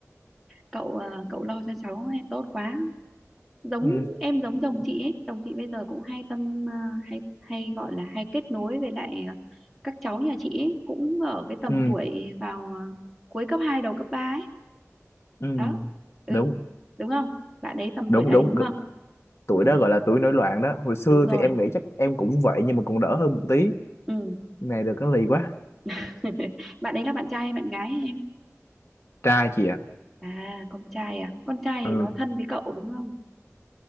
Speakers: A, in the centre; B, on the left.
A: cậu à, cậu lo cho cháu ấy, tốt quá giống
B: Ừ.
A: em giống chồng chị ấy chồng chị bây giờ cũng hay tâm à, hay hay gọi là hay kết nối với lại à, các cháu nhà chị ấy cũng ở cái tầm
B: ừ
A: tuổi vào à, cuối cấp 2 đầu cấp 3 ấy
B: ừ
A: đó ừ
B: đúng
A: đúng không bạn ấy tầm
B: đúng
A: tuổi đấy
B: đúng
A: đúng không
B: G- tuổi
A: ừ
B: đó gọi là tuổi nổi loạn đó hồi xưa
A: đúng rồi
B: thì em nghĩ chắc em cũng vậy nhưng mà còn đỡ hơn một tí
A: ừ
B: này được cái lì quá
A: <laughs> bạn ấy là bạn trai hay bạn gái ấy, em
B: trai chị ạ
A: à con trai à con trai
B: ừ
A: thì nó thân với cậu đúng không